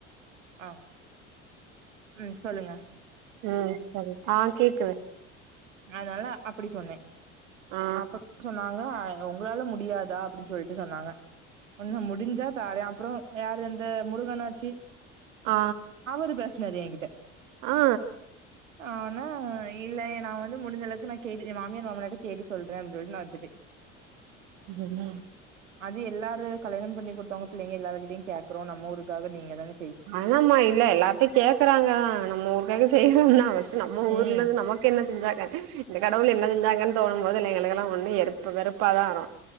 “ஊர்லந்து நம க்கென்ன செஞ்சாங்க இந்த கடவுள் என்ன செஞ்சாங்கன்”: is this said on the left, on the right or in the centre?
Right